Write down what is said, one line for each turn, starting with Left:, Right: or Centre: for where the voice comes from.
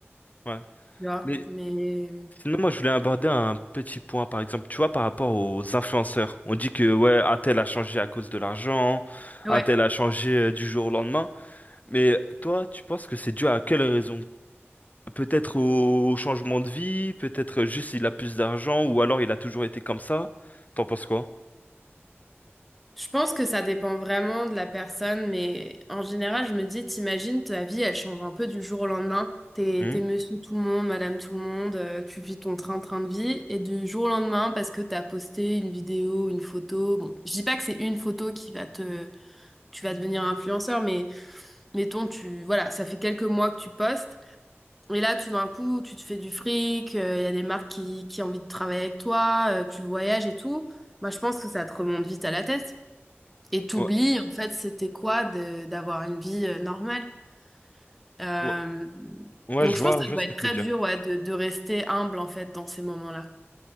Left: Ouais.
Centre: Tu vois?
Left: Mais
Centre: Mais
Left: sinon moi je voulais aborder un petit point par exemple. Tu vois par rapport aux influenceurs, on dit que ouais un tel a changé à cause de l'argent,
Centre: ouais,
Left: un tel a changé euh, du jour au lendemain. Mais toi, tu penses que c'est dû à quelle raison? Peut-être au au changement de vie, peut-être juste il a plus d'argent, ou alors il a toujours été comme ça. T'en penses quoi?
Centre: Je pense que ça dépend vraiment de la personne, mais en général, je me dis, t'imagines, ta vie, elle change un peu du jour au lendemain. T'es,
Left: Hmm
Centre: t'es monsieur tout le monde, madame tout le monde, euh, tu vis ton train-train de vie, et du jour au lendemain, parce que t'as posté une vidéo, une photo, bon, je dis pas que c'est une photo qui va te, tu vas devenir influenceur, mais mettons, tu, voilà, ça fait quelques mois que tu postes, et là, tout d'un coup, tu te fais du fric, euh, il y a des marques qui, qui ont envie de travailler avec toi, euh, tu voyages et tout. Moi, je pense que ça te remonte vite à la tête. Et t'oublies,
Left: Ouais,
Centre: en fait, c'était quoi de- d'avoir une vie euh, normale. Euh,
Left: ouais, ouais,
Centre: donc
Left: je
Centre: je
Left: vois,
Centre: pense que
Left: je
Centre: ça
Left: vois
Centre: doit
Left: ce
Centre: être
Left: que tu
Centre: très
Left: veux dire.
Centre: dur, ouais, de, de rester humble, en fait, dans ces moments-là.